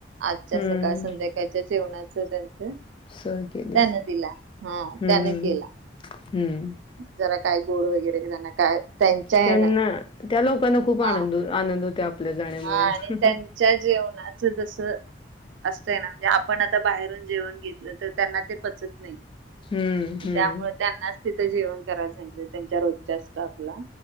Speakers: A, on the right; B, on the left.
A: आजच्या
B: हम्म.
A: सकाळ संध्याकाळ त्या जेवणाचं त्यांचं,
B: सहल केलीस.
A: त्यान दिला, हां
B: हम्म,
A: त्यान केला.
B: हम्म.
A: जरा काय गोड वगैरे, हेज्यान काय त्यांच्या
B: त्यांना
A: हे ना
B: त्या लोकांना खूप आनंद
A: हा
B: आनंद होतो. आपल्या जाण्यामुळे.
A: हा आणि त्यांच्या जेवणाचं तसं. असतय ना. म्हणजे आपण आता बाहेरून जेवण घेतलं, तर त्यांना ते पचत नाही.
B: हम्म, हम्म,
A: त्यामुळे त्यांनाच तिथं जेवण करायला सांगितल त्यांच्या रोजच्या स्टॉप ला.